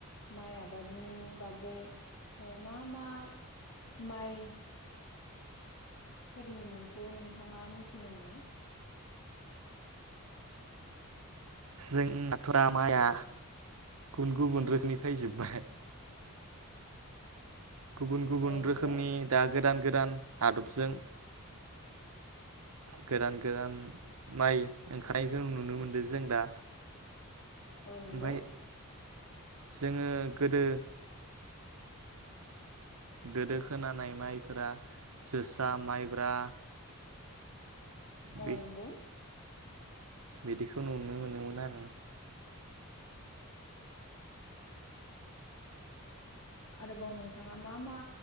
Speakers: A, on the left; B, on the right.
A: माइ आबादनि बागै ओ मा मा माइ फोरनि मुंखौ नोंथाङा मिथिनो मोनो
B: जों नाथुरा माइआ गुबुन गुबुन रोखोमनि फैजोबबाय गुबुन गुबुन
A: औ नंगौ
B: रोखोमनि दा गोदान गोदान आदबजों गोदान गोदान माइ ओंखारनायखो नुनो मोनदों जों दा
A: औ नंगौ
B: ओमफाय जोङो गोदो गोदो खोनानाय माइफोरा जोसा माइब्रा
A: औ
B: बे
A: नोंगौ
B: बिदिखौ नुनो मोनोमोन आरो
A: आरोबाव नोंथाङा मा मा